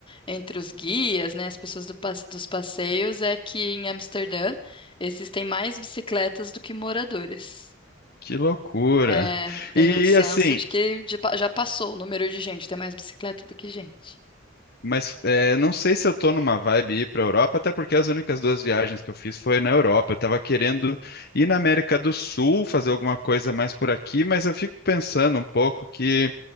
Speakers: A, on the left; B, on the left.
A: entre os guias, né? As pessoas do pas- dos passeios é que em Amsterdã existem mais bicicletas do que moradores.
B: Que loucura.
A: É, tem
B: E
A: um senso
B: assim,
A: de que de pa- já passou o número de gente, tem mais bicicleta do que gente.
B: mas é, não sei se eu tô numa vibe ir pra Europa, até porque as únicas duas viagens que eu fiz foi na Europa. Eu tava querendo ir na América do Sul, fazer alguma coisa mais por aqui, mas eu fico pensando um pouco que.